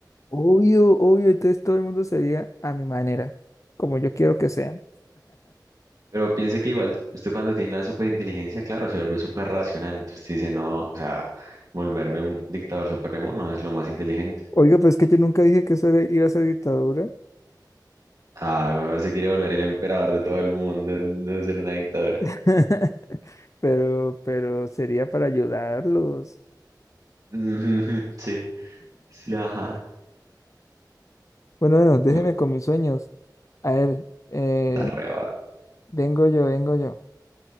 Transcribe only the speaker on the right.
Pero piense que igual, usted cuando tiene la superinteligencia, claro, se vuelve súper racional. Entonces usted dice, no, o sea, volverme un dictador supremo no es lo más inteligente.
Ah, me parece que quiere volver el emperador de todo el mundo, no ser una dictadura.
<laughs> Ujú, Sí, Sí, ajá.
Uh,
Está re va.